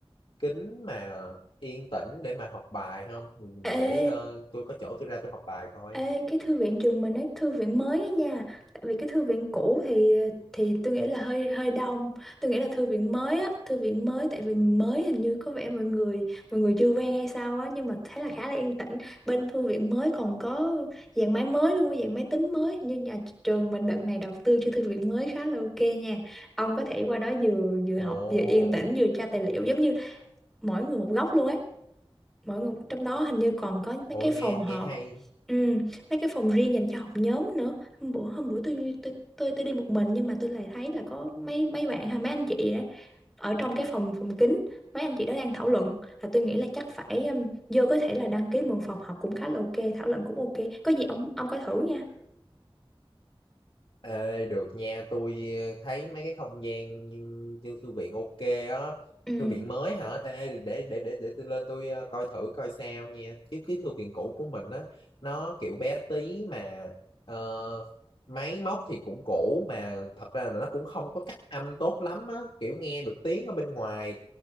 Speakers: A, on the left (about 60°); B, in the centre.
A: kín mà yên tĩnh để mà học bài không Ừ,
B: Ê
A: để ờ, tôi có chỗ tôi ra tôi học bài coi
B: Ê, cái thư viện trường mình ấy thư viện mới á nha tại vì cái thư viện cũ thì thì tôi nghĩ là hơi hơi đông tôi nghĩ là thư viện mới á thư viện mới tại vì mới hình như có vẻ mọi người mọi người chưa quen hay sao á nhưng mà thấy là khá là yên tĩnh bên thư viện mới còn có dàn máy mới luôn dàn máy tính mới Hình như nhà trường mình đợt này đầu tư cho thư viện mới khá là ok nha ông có thể qua đó vừa vừa
A: ồ
B: học vừa yên tĩnh vừa tra tài liệu giống như mỗi người một góc luôn ấy mỗi người trong đó hình như còn có mấy
A: ồ
B: cái
A: nghe
B: phòng họp
A: nghe hay
B: ừ, mấy cái phòng riêng dành cho học nhóm nữa hôm bữa hôm bữa tôi tôi tôi tôi đi một mình nhưng mà tôi lại thấy là có mấy mấy bạn hay mấy anh chị đấy ở trong cái phòng phòng kín mấy anh chị đó đang thảo luận là tôi nghĩ là chắc phải um, vô có thể là đăng ký mượn phòng học cũng khá là ok thảo luận cũng ok có gì ông ông coi thử nha
A: Ê, được nha, tôi thấy mấy cái không gian như, như thư viện ok á,
B: ừ
A: thư viện mới hả? Ê, để để để để tôi lên tôi ờ, coi thử coi sao nha. Chứ cái thư viện cũ của mình á, nó kiểu bé tí mà ờ, máy móc thì cũng cũ mà thật ra là nó cũng không có cách âm tốt lắm á, kiểu nghe được tiếng ở bên ngoài